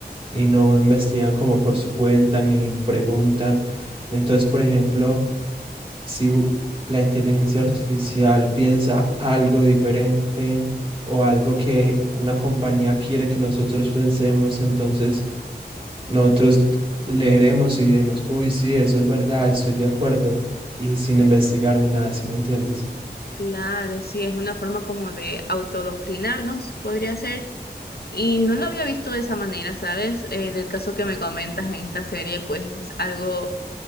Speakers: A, on the right (about 30°); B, on the left (about 65°).
A: y no investigan como por su cuenta ni preguntan. Entonces, por ejemplo, si u- la inteligencia artificial piensa algo diferente o algo que una compañía quiere que nosotros pensemos, entonces nosotros leeremos y diremos, uy, sí, eso es verdad, estoy de acuerdo, y sin investigar ni nada, si me entiendes?
B: Claro, sí, es una forma como de autodoctrinarnos, podría ser. Y no lo había visto de esa manera, ¿sabes? Eh, del caso que me comentas en esta serie, pues es algo